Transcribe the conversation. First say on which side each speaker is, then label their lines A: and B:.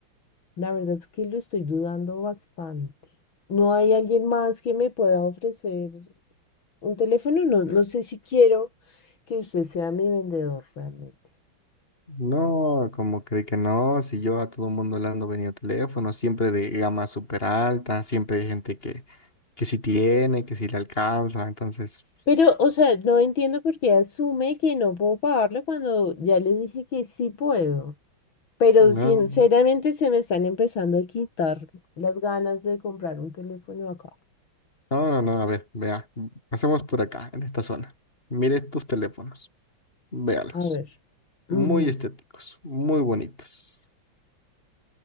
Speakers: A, on the left (about 80°); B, on the left (about 30°).
A: la verdad es que lo estoy dudando bastante. ¿No hay alguien más que me pueda ofrecer Un teléfono no, no sé si quiero que usted sea mi vendedor realmente.
B: No, como cree que no, si yo a todo el mundo le ando vendiendo teléfonos, siempre de gama súper alta, siempre hay gente que, que sí tiene, que sí le alcanza, entonces...
A: Pero, o sea, no entiendo por qué asume que no puedo pagarlo cuando ya les dije que sí puedo. Pero
B: No.
A: sinceramente se me están empezando a quitar las ganas de comprar un teléfono acá.
B: No, no, no, a ver, vea. Pasemos por acá, en esta zona. Mire estos teléfonos. Véalos.
A: A ver.
B: Muy
A: ujú.
B: estéticos, muy bonitos.